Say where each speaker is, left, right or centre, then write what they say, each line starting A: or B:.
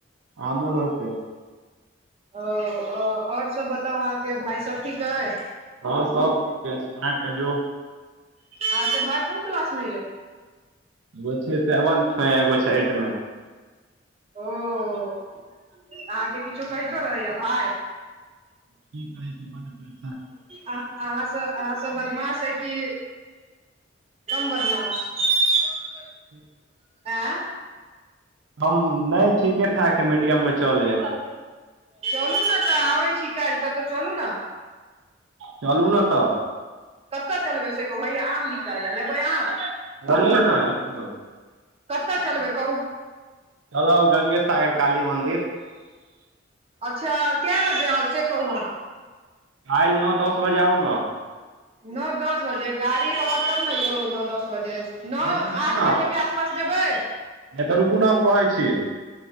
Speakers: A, on the right; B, on the right.
A: आमु रहतै
B: ओ अ आओर सब बताउ अहाँके भाई सब ठीक अइ
A: हँ सब ठीक अईछ आहाँ कहियो
B: आहाँ के भाइ कोन क्लास मे यै
A: गो छै सेवन्थ मे एगो छै एट मे
B: ओ अहाँके किछो कहीतो रहैया भाय
A: कि कहै छै बडै करै
B: अ अहाँसँ अहाँ स बदमाश अई की कम बदमाश ऐ
A: ह्म <unintelligible>
B: आँ
A: हम नै ठीके ठाक है मीडियम मे चलै है
B: चलू न तऽ आबै छी काल्हि कतौ चलू न
A: चालू न तऽ
B: कतऽ चलबै से कहूँ हैया आम बिकाईया लेबै आम
A: ललीय न एक किलो
B: कतऽ चलबै कहू
A: चलब गंगे सागर काली मन्दिर
B: अच्छा कए बजे आउ से कहु आहां
A: फाईल न दस बजे आउ न
B: न दस बजे गाड़ी रहत तब न यौ न दस बजे न
A: नहि तऽ रुकू
B: आठ
A: ने
B: बजे के आ पास जेबै
A: नहि तऽ रुकु नाम कहै छी